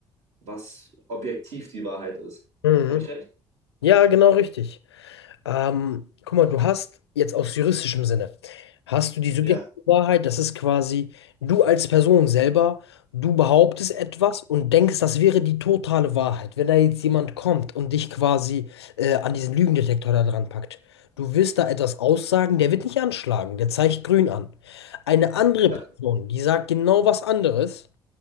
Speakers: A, on the right; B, on the left.
A: was objektiv die Wahrheit ist.
B: Mhm.
A: Habe ich recht?
B: Ja, genau richtig. Ähm, guck mal, du hast jetzt aus juristischem Sinne, hast du die subjektive
A: Ja,
B: Wahrheit, das ist quasi du als Person selber, du behauptest etwas und denkst, das wäre die totale Wahrheit. Wenn da jetzt jemand kommt und dich quasi äh, an diesen Lügendetektor da dran packt, du willst da etwas aussagen, der wird nicht anschlagen, der zeigt grün an. Eine andere
A: ja,
B: Person, die sagt genau was anderes,